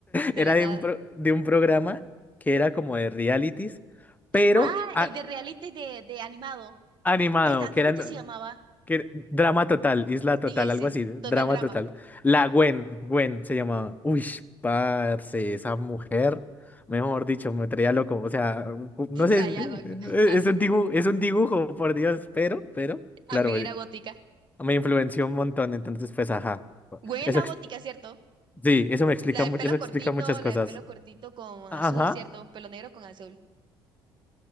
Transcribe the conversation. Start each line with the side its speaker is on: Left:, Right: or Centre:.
Right: de
Left: Era
Right: la nada.
Left: de un, pro- de un programa que era como de realities, pero
Right: Ah,
Left: a-
Right: el de reality de, de animado.
Left: animado,
Right: ¿Verdad?
Left: que
Right: ¿Cómo
Left: eran...
Right: es que se llamaba?
Left: que- drama total, isla total,
Right: Sí, ese,
Left: algo así, drama
Right: Total Drama.
Left: total. La Gwen, Gwen se llamaba. Uy, parce, esa mujer, mejor dicho, me traía loco. O sea,
Right: <laughs>
Left: no
Right: Te traía
Left: sé,
Right: loco.
Left: e,
Right: Ah,
Left: es un dibujo, es un dibujo, por Dios, pero, pero,
Right: también
Left: claro,
Right: era gótica.
Left: me influenció un montón, entonces, pues, ajá.
Right: Güey, es
Left: Eso,
Right: la
Left: ex-
Right: gótica, ¿cierto?
Left: sí, eso me explica,
Right: La de
Left: mu-
Right: pelo
Left: eso explica
Right: cortito,
Left: muchas
Right: la
Left: cosas.
Right: de pelo cortito con
Left: Ajá.
Right: azul, ¿cierto? Pelo negro con azul.